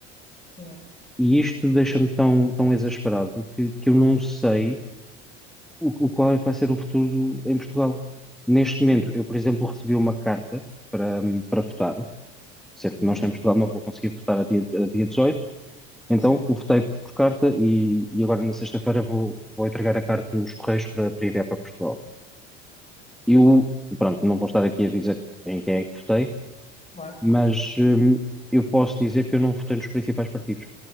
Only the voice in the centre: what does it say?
E isto deixa-me
tão, tão exasperado que, que eu não sei o, o qual é que vai ser o futuro em Portugal. Neste momento,
eu, por exemplo, recebi uma carta para, para votar, sendo
que nós em Portugal não vou conseguir votar a dia, a dia dezoito então
eu votei por carta e, e agora na sexta-feira vou, vou entregar a carta nos Correios para, para enviar para Portugal. Eu, pronto, não vou estar aqui a dizer em quem é que votei,
mas hum, eu posso dizer que eu não votei nos principais partidos.